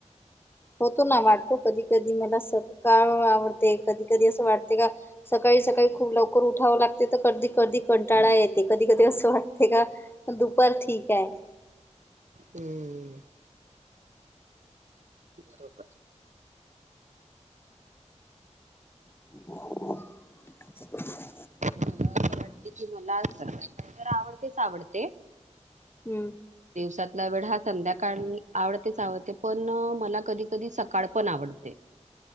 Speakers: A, on the left (about 20°); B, on the right (about 75°).
A: होतो ना वाटतो. कधी कधी मला सकाळ आवडते. कधी कधी असं वाटते का, सकाळी सकाळी खूप लवकर उठावं लागते, तर कधी कधी कंटाळा येते कधी कधी असं वाटते का. पण दुपार ठीक हाय.
B: हम्म.. बरोबर.
A: <inaudible>
B: मला असं वाटते की, मला <unintelligible> आवडतेच आवडते.
A: हम्म
B: दिवसातला वेळ हा संध्याकाळ आवडतेच आवडते, पण मला कधी कधी सकाळ पण आवडते.